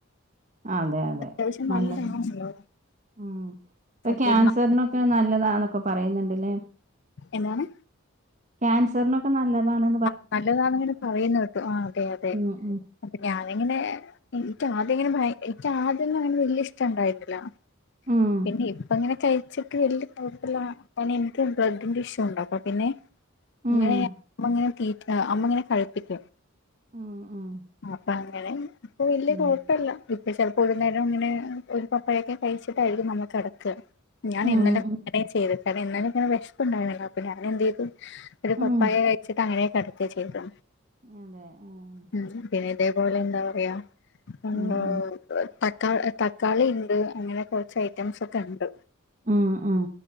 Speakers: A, on the right; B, on the left.
A: അതെ അതെ
B: അത്യാവശ്യം
A: നല്ലത്
B: നല്ലതാണല്ലോ
A: ഉം ഇപ്പൊ ക്യാൻസറിനെ
B: പിന്നെ
A: ക്കെ നല്ലതാന്നൊക്കെ പറയുന്നുണ്ട്ല്ലേ?
B: എന്താണ്.
A: ക്യാൻസറിനൊക്കെ നല്ലതാണ്.
B: ആഹ്‌ നല്ലതാണ്ങ്ങനെ പറയുന്നത് കേട്ടു ആഹ്‌ അതെ അതെ
A: ഉം ഉം
B: അപ്പൊ ഞാനിങ്ങനെ എനിക്ക് ആദ്യം ഇങ്ങനെ ഭയ എനിക്ക ആദ്യൊന്നും അങ്ങനെ വല്യ ഇഷ്ടം ഇണ്ടായിരുന്നില്ല.
A: ഉം
B: പിന്നെ ഇപ്പങ്ങനെ കഴിച്ചിട്ട് വല്യ കൊഴപ്പല്ല. ഇക്ക് ബ്രെഡിന്റെ ഇഷു ഉണ്ണ്ടാകും അപ്പൊ പിന്നെ
A: ഉം
B: അങ്ങനെയാവുമ്പോങ്ങനെ തീറ്റ അമ്മങ്ങനെ കഴിപ്പിക്കും.
A: ഉം ഉം
B: അപ്പൊ ങ്ങനെ ഇപ്പൊ വല്യ
A: ഉം
B: കുഴപ്പല്ല ഇപ്പ ചേൽ ഒരു നേരം ഇങ്ങനെ ഒരു പപ്പഴയൊക്കെ കഴിച്ചിട്ടായിരിക്കും നമ്മൾ കെടക്ക. ഞാൻ
A: ഉം
B: ഇന്നലെങ്ങന
A: ഉം
B: ചെയ്തത് കാരണം ഇന്നലെങ്ങനെ വെഷപ്പുണ്ടായിരുന്നീല്ല അപ്പ ഞാന്എന്ത്യ്തു. ഒരു പപ്പായ
A: ഉം
B: കഴിച്ചിട്ട്. അങ്ങനെ കെടക്കാ ചെയ്തത്.
A: അതെ ആഹ്
B: ഉം പിന്നെ ഇതേപോലെ എന്താ പറയാ ഇഹ്‌
A: ഉം ഉം
B: തക്കാ തക്കാളിണ്ട് അങ്ങനെ കൊറച്ച് ഐറ്റംസ്ക്കെ ഇണ്ട്.
A: ഉം ഉം